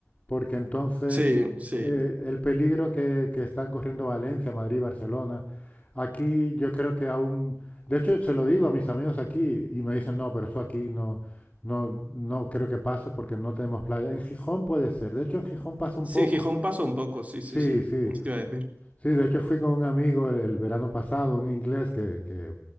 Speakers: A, on the left; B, on the right.
A: porque entonces
B: Sí, sí.
A: eh, el peligro que, que están corriendo Valencia, Madrid, Barcelona, aquí yo creo que aún... De hecho, se lo digo a mis amigos aquí y me dicen, no, pero eso aquí no, no, no creo que pase porque no tenemos playa. En Gijón puede ser. De hecho, en Gijón pasa un
B: Sí,
A: poco.
B: en Gijón pasa un poco, sí,
A: Sí,
B: sí, sí.
A: sí.
B: Eso te iba a decir.
A: Sí, de hecho fui con un amigo el, el verano pasado, un inglés que, que